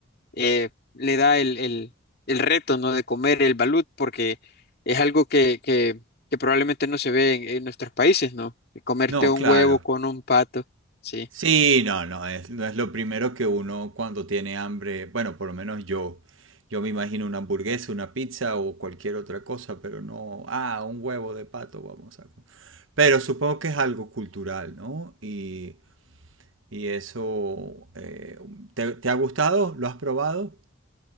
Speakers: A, on the left (about 50°); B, on the right (about 70°).
A: eh, le da el, el, el reto, ¿no? De comer el balut porque es algo que, que, que probablemente no se ve en, en nuestros países, ¿no? Comerte
B: No,
A: un
B: claro.
A: huevo con un pato, sí.
B: Sí, no, no es, no es lo primero que uno cuando tiene hambre, bueno, por lo menos yo, yo me imagino una hamburguesa, una pizza o cualquier otra cosa, pero no, ah, un huevo de pato, vamos a... co- Pero supongo que es algo cultural, ¿no? Y, y eso, eh, ¿te, te ha gustado? ¿Lo has probado?